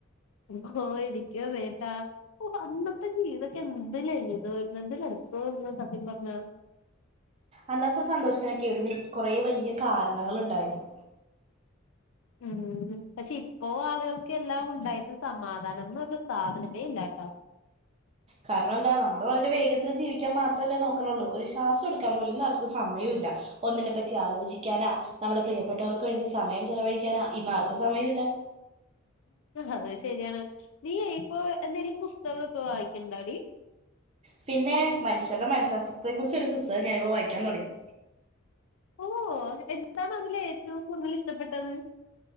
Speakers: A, on the left (about 70°); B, on the right (about 30°).
A: ആ എനിക്കുഅതേ ട്ടാ ഓ അന്നത്തെ ജീവിതക്കെ എന്ത് ജീവിതവായിരുന്നു എന്ത് രസവായിരുന്നു സത്യം പറഞ്ഞാ
B: അന്നത്തെ സന്തോഷത്തിനൊക്കെ ഒരു കൊറെ വലിയ കാരണങ്ങള്ണ്ടായിരുന്നു
A: ഉം പക്ഷെ ഇപ്പോ ആളുകൾക്ക് എല്ലാം ഉണ്ടായിട്ട് സമാധാ ന്ന് പറഞ്ഞ സാധനമേ ഇല്ലാട്ടോ
B: കാരണം എന്താ നമ്മള് വളരെ വേഗത്തിൽ ജീവിക്കാൻ മാത്രല്ലേ നോക്കണള്ളൂ ഒരു ശ്വാസം എടുക്കാൻ പോലുംന്ന അവർക്ക് സമയമില്ല ഒന്നിനെ പറ്റി ആലോചിക്കാനാ നമ്മുടെ പ്രിയപ്പെട്ടവർ ക്ക് വേണ്ടി സമയം ചലവഴിക്കാനാ ഇന്ന് ആർക്കും സമയമില്ല
A: അത് ശരിയാണ് നീ ഇപ്പൊ എന്തേലും പുസ്തകമൊക്കെ വായിക്കണ്ടോടി
B: പിന്നെ മനുഷ്യരുടെ മനഃശാസ്ത്രത്തെ കുറിച്ച ഒരു പുസ്തകം ഞാനിപ്പം വായിക്കാൻ തുടങ്ങി
A: ഓ എന്താണ് അതില് ഏറ്റവും കൂടുതൽ ഇഷ്ടപ്പെട്ടത്